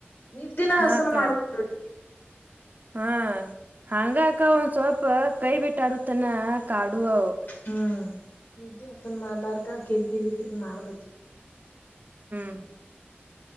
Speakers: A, on the left; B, on the right.
A: ನಿದ್ದಿನ
B: ಹಾಕ್ಕ
A: ಹಾಸುನ ಮಾಡ್ಬುಟು ನೋಡಿ
B: ಹಾ ಹಂಗ ಅಕ ಒಂದ್ ಸ್ವಲ್ಪ ಕೈ ಬಿಟ್ಟ ಆಡುತನ ಕಾಡು ಅವು
A: ಹ್ಮ ನಿದ್ದೆ ಹಾಸನ್ ಮಾಡಲಾರ್ದ ಕಿರಿ ಕಿರಿ ಕಿರಿ ಮಾಡ್ತತಿ
B: <inaudible>